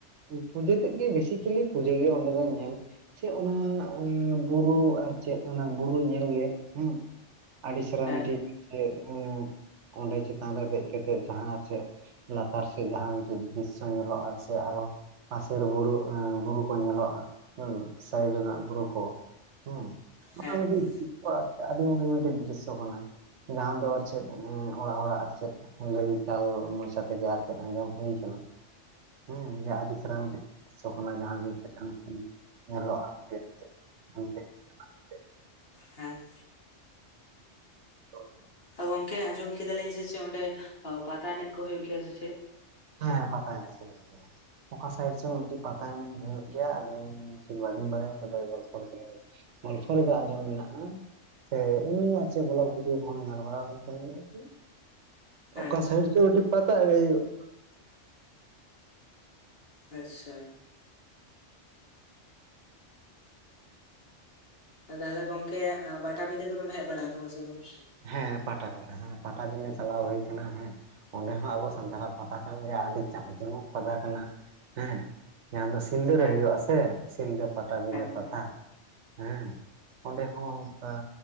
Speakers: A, on the right; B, on the left.
A: ᱯᱩᱡᱟᱹ ᱛᱮᱫ ᱜᱮ ᱵᱮᱥᱤᱠᱮᱞᱤ ᱯᱩᱡᱟᱹ ᱜᱮ ᱚᱸᱰᱮ ᱫᱚ ᱧᱮᱞᱼᱼ ᱪᱮᱫ ᱚᱱᱟ ᱵᱩᱨᱩ ᱟᱨ ᱪᱮᱫ ᱚᱱᱟ ᱵᱩᱨᱩ ᱧᱮᱞ ᱜᱮ ᱦᱮᱸ, ᱟᱹᱰᱤ ᱪᱮᱨᱦᱟ
B: ᱦᱮᱸ
A: ᱢᱤᱫᱤᱴᱤᱡ ᱪᱮᱫ ᱚᱸᱰᱮ ᱪᱮᱛᱟᱱ ᱨᱮ ᱫᱮᱡ ᱠᱟᱛᱮᱜ ᱡᱟᱦᱟᱸ ᱟᱨ ᱪᱮᱫᱼᱼ ᱞᱟᱛᱟᱨ ᱥᱮᱫ ᱡᱟᱦᱟᱸ ᱢᱤᱫᱴᱮᱱ ᱫᱨᱤᱥᱥᱚ ᱧᱮᱞᱚᱜᱼᱟ ᱥᱮ ᱟᱨᱦᱚᱼᱼ ᱯᱟᱥᱮᱨ ᱵᱩᱨᱩ ᱵᱩᱨᱩ ᱠᱚ ᱧᱮᱞᱚᱜᱼᱟ ᱦᱮᱸ ᱥᱟᱭᱤᱰ ᱨᱮᱱᱟᱜ ᱵᱩᱨᱩ ᱠᱚ ᱦᱮᱸ
B: ᱦᱮᱸ
A: ᱚᱱᱟ ᱢᱤᱫᱴᱤᱡ ᱟᱹᱰᱤ ᱢᱤᱫ ᱢᱤᱫᱴᱤᱡ ᱫᱨᱤᱥᱥᱚ ᱠᱟᱱᱟ᱾ ᱡᱟᱦᱟᱸ ᱫᱚ ᱟᱨ ᱪᱮᱫ ᱚᱲᱟᱜ ᱦᱚᱲᱟᱜ ᱟᱨ ᱪᱮᱫ ᱞᱟᱹᱭ ᱪᱟᱞ ᱢᱚᱪᱟᱼᱼ ᱜᱮ ᱟᱨ ᱪᱮᱫ ᱟᱸᱡᱚᱢ ᱦᱩᱭ ᱠᱟᱱᱟ ᱦᱮᱸ ᱡᱮ ᱟᱹᱰᱤ ᱪᱮᱨᱦᱟ ᱢᱤᱫᱴᱤᱡᱼᱼ ᱡᱚᱠᱷᱚᱱ ᱡᱟᱦᱟᱸ ᱡᱤᱱᱤᱥ ᱪᱮᱛᱟᱱ ᱠᱷᱚᱱ ᱵᱚᱞᱚᱜ ᱟ ᱜᱮ ᱪᱮᱫ ᱧᱮᱞᱚᱜᱼᱟ <inaudible>
B: ᱦᱮᱸ᱾
A: <unintelligible>
B: ᱜᱚᱢᱠᱮ ᱟᱸᱡᱚᱢ ᱠᱮᱫᱟᱞᱤᱧ ᱥᱮ ᱪᱮᱫ ᱚᱸᱰᱮ ᱯᱟᱛᱟ ᱮᱱᱮᱡ ᱠᱚ ᱦᱳᱭᱳᱜ ᱜᱮᱭᱟ ᱥᱮ ᱪᱮᱫ?
A: ᱦᱮᱸ ᱯᱟᱛᱟ ᱮᱱᱮᱡ ᱦᱩᱭᱩᱜ ᱜᱮᱭᱟ ᱚᱠᱟ ᱥᱟᱭᱤᱰ ᱪᱚᱝ ᱢᱤᱫᱴᱮᱡ ᱯᱟᱛᱟ ᱮᱱᱮᱡ ᱦᱩᱭᱩᱜ ᱜᱮᱭᱟ ᱟᱫᱚᱧ, ᱴᱷᱤᱠ ᱵᱟᱹᱞᱤᱧ ᱵᱟᱲᱟᱭᱟ ᱛᱚᱵᱮ ᱜᱚᱞᱯᱷᱚ ᱞᱮᱠᱟ ᱜᱚᱞᱯᱷᱚ ᱞᱮᱠᱟ ᱟᱸᱡᱚᱢ ᱢᱮᱱᱟᱜᱼᱟ, ᱦᱮᱸ ᱮᱢᱱᱤ ᱟᱨ ᱪᱮᱫ ᱵᱚᱞᱚᱠ ᱵᱷᱤᱰᱤᱭᱳ ᱠᱚ ᱦᱚ ᱧᱮᱞ ᱵᱟᱲᱟ ᱦᱩᱭ ᱠᱟᱱ ᱜᱮᱭᱟ ᱟᱨᱠᱤ,
B: ᱦᱮᱸ
A: ᱚᱠᱟ ᱥᱟᱭᱤᱰ ᱨᱮᱪᱚ ᱢᱤᱫᱴᱮᱡ ᱯᱟᱛᱟ ᱮᱱᱮᱢ ᱦᱩᱭᱩᱜᱼᱟ᱾
B: ᱟᱪᱪᱷᱟ᱾ ᱛᱟᱦᱞᱮ ᱜᱚᱝᱠᱮ ᱯᱟᱴᱟᱵᱤᱫᱟᱹ ᱠᱚᱫᱚᱢ ᱦᱮᱡ ᱵᱟᱲᱟ ᱠᱟᱱᱟ ᱥᱮ ᱵᱟᱝ?
A: ᱦᱮᱸ ᱯᱟᱴᱟᱵᱤᱸᱫᱟᱹ ᱦᱮᱸ ᱯᱟᱴᱟᱵᱤᱸᱫᱟᱹ ᱪᱟᱞᱟᱣ ᱦᱩᱭ ᱠᱟᱱᱟ ᱦᱮᱸ᱾ ᱚᱸᱰᱮ ᱦᱚᱸ ᱟᱵᱚ ᱥᱟᱱᱛᱟᱲᱟᱜ ᱯᱟᱛᱟ ᱠᱟᱱ ᱜᱮᱭᱟ ᱟᱹᱰᱤ ᱡᱟᱠ ᱡᱚᱢᱚᱠ ᱯᱟᱛᱟ ᱠᱟᱱᱟ ᱦᱮᱸ ᱡᱟᱦᱟᱸ ᱫᱚ ᱥᱤᱞᱫᱟᱹ
B: ᱦᱮᱸ
A: ᱨᱮ ᱦᱩᱭᱩᱜ ᱟᱥᱮ ᱥᱤᱞᱫᱟᱹ ᱯᱟᱴᱟᱵᱤᱸᱫᱟᱹ
B: ᱦᱮᱸ
A: ᱯᱟᱛᱟ
B: ᱦᱮᱸ
A: ᱦᱮᱸ ᱚᱸᱰᱮ ᱦᱚᱸ ᱚᱱᱠᱟ